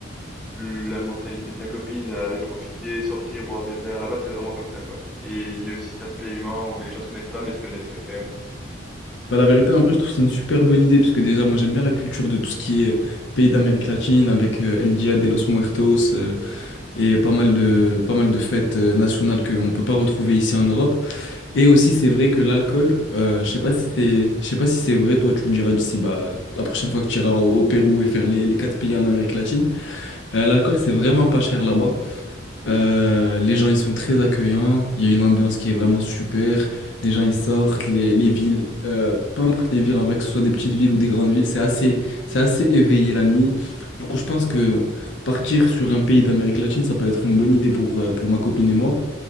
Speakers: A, in the centre; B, on the left (about 75°).
A: la mentalité de ta copine, à aller profiter, sortir, boire des verres. Là-bas, c'est vraiment comme ça, quoi. Et il y a aussi cet aspect humain où les gens se connaissent pas, mais se connaissent quand même
B: Bah, la vérité, en vrai, je trouve que c'est une super bonne idée, parce que déjà, moi, j'aime bien la culture de tout ce qui est euh, pays d'Amérique latine, avec euh, El Dia de los Muertos, euh, et pas mal de, pas mal de fêtes euh, nationales qu'on ne peut pas retrouver ici en Europe. Et aussi, c'est vrai que l'alcool, euh, je sais pas si c'est, je sais pas si c'est vrai, toi, tu me diras d'ici, bah, la prochaine fois que tu iras au, au Pérou et faire les, les quatre pays en Amérique latine, euh, l'alcool, c'est vraiment pas cher là-bas. Euh, les gens, ils sont très accueillants, il y a une ambiance qui est vraiment super, les gens, ils sortent, les, les villes, euh, peu importe les villes, en vrai, que ce soit des petites villes ou des grandes villes, c'est assez, c'est assez éveillé la nuit. Du coup, je pense que partir sur un pays d'Amérique latine, ça peut être une bonne idée pour, euh, pour ma copine et moi.